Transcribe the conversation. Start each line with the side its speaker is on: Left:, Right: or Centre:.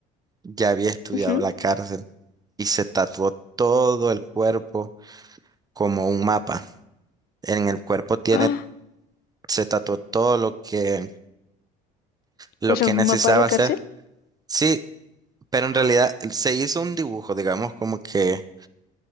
Right: Ya había estudiado
Left: ujú.
Right: la cárcel y se tatuó todo el cuerpo como un mapa. En el cuerpo tiene,
Left: Ah,
Right: se tatuó todo lo que,
Left: <gasps>
Right: lo
Left: o sea,
Right: que
Left: un
Right: necesitaba
Left: mapa de la cárcel.
Right: hacer. Sí, pero en
Left: <gasps>
Right: realidad se hizo un dibujo, digamos, como que,